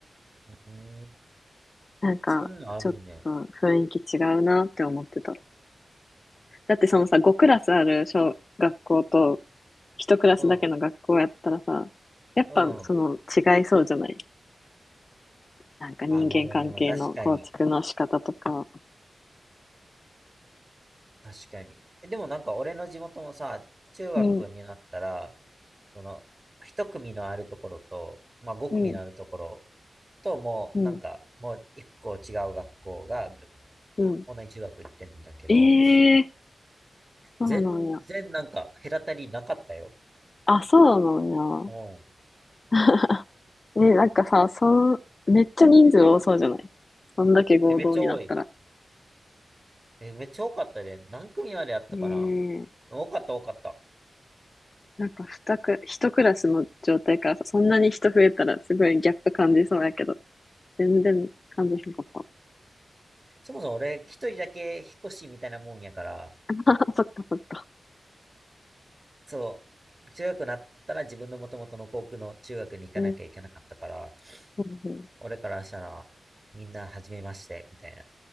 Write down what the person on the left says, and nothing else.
なんかちょっと雰囲気違うなって思ってた。
だってそのさ、5クラスある小学校と1クラスだけの学校やったらさ、
やっぱその違いそうじゃない
なんか人間関係の構築の仕方とか。
うん、
うん、
うん、
うん。
ええー、そうなんや。
あ、そうなんや。
<laughs> ね、なんかさ、そん、めっちゃ人数多そうじゃないそんだけ合同になったら。
ねえ。
なんか二ク、一クラスの状態からさ、そんなに人増えたらすごいギャップ感じそうやけど、全然感じへんかった。
<laughs> そっかそっか。
うん、うん